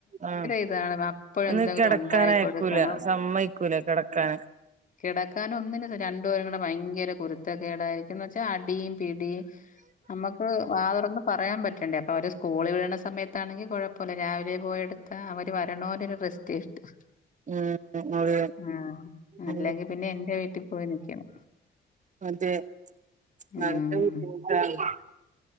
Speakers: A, on the right; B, on the left.
A: ആഹ്
B: ഇതാണ് അപ്പഴെന്തെങ്കിലും
A: ഒന്ന് കെടക്കാനയ്ക്കൂല
B: ഉണ്ടായി കൊടുക്കണം.
A: സമ്മയ് കൂല കെടക്കാന്
B: കെടക്കാൻ ഒന്നിനും ര - രണ്ട് പേരുംകൂടെ ഭയങ്കര കുരുത്തെക്കെടായിരിക്കും എന്ന് വെച്ചാ അടിംപിടിം അമ്മക്ക് വാ തൊറ - പറയാൻ പറ്റേണ്ടേ അപ്പ അവര് സ്കൂളി വിടണ സമയത്താണെങ്കി കൊഴപ്പമില്ല രാവിലെ പോയെടുത്താ അവര് വരണവരെ ഒരു റെസ്റ്റ് <unintelligible>
A: ഉം അതെ
B: ആഹ് അല്ലെങ്കിപിന്നെ
A: ഉം
B: എന്റെവീട്ടി നിക്കണം
A: അതെ
B: ഉം
A: നല്ല <unintelligible>